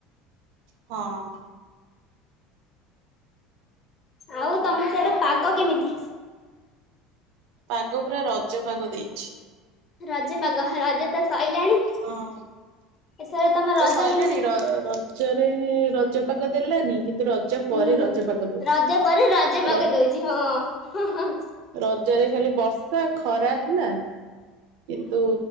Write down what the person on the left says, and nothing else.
ଆଉ ତମ ସିଆଡେ ପାଗ କେମିତି।
ରଜ ପାଗ ରଜ ତ ସଇ ଲାଣି
ଏଥର ତମ ରଜ
କେମିତି।
ହୁଁ ହୁଁ
ରଜ ପରେ ରଜ
ପାଗ ଦଉଛି ହଁ।